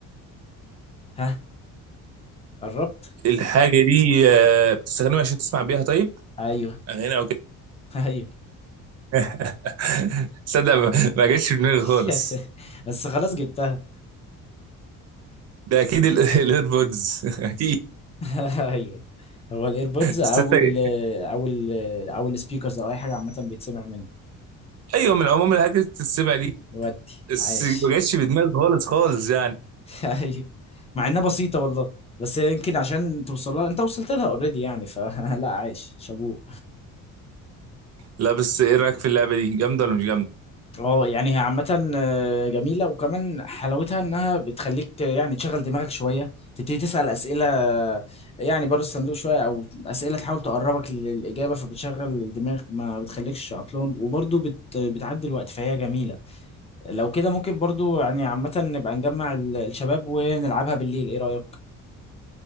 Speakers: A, on the left (about 20°); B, on the right (about 50°).
A: ها قربت
B: الحاجه دي آه، بتستخدمها عشان تسمع بيها طيب
A: ايوه
B: اغاني او كده
A: <laughs> ايوه
B: <laughs> صدق ما ما جاتش في دماغي
A: <laughs>
B: خالص
A: بس خلاص جبتها
B: ده اكيد ال- <laughs> الايربودز اكيد
A: <laughs> ايوه هو الايربودز او
B: بس انت-
A: ال او ال او السبيكرز او اي حاجه عامه بيتسمع منه
B: ايوه من عموم الحاجات اللي بتتسمع دي
A: ودي
B: بس
A: عاش
B: ما جاتش في دماغي خالص خالص يعني
A: <laughs> ايوه مع انها بسيطه والله بس يمكن عشان توصل لها انت وصلت لها اوريدي يعني فلا <laughs> عايش شابوه
B: لا بس ايه رايك في اللعبه دي جامده ولا مش جامده
A: اه يعني هي عامة آه، جميلة وكمان حلاوتها انها بتخليك آه، يعني تشغل دماغك شوية تبتدي تسأل اسئلة آه، يعني بره الصندوق شوية او اسئلة تحاول تقربك للإجابة فبتشغل الدماغ ما بتخليكش عطلان وبرضه بت بتعدي الوقت فهي جميلة لو كده ممكن برضه يعني عامة نبقى نجمع ال- الشباب ونلعبها بالليل ايه رأيك؟